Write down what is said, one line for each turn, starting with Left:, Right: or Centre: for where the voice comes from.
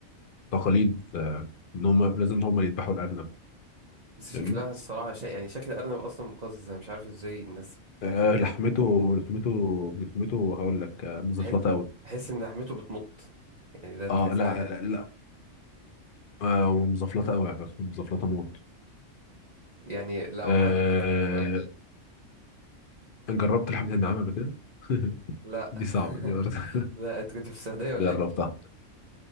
Left: تقاليد آه، ان هم لازم هم اللي يذبحوا الارنب
Right: بس شكلها
Left: فاهمني
Right: الصراحه شيء يعني شكل الارنب اصلا مقزز انا مش عارف ازاي الناس بتاكله
Left: آه
Right: بجد
Left: لحمته لحمته لحمته هقول لك آه مزفلطه
Right: تح-
Left: قوي
Right: تحس ان لحمته بتمط يعني ده تحسها
Left: اه لا
Right: كده
Left: لا, لا آه ومزفلطه قوي على فكره مزفلطه موت
Right: يعني لو
Left: آه
Right: حد آه.
Left: جربت لحمه النعام قبل كده <laughs>
Right: لا
Left: دي
Right: <laughs>
Left: صعبه دي برضه
Right: لا انت كنت في السعوديه ولا
Left: <laughs> جربتها
Right: ايه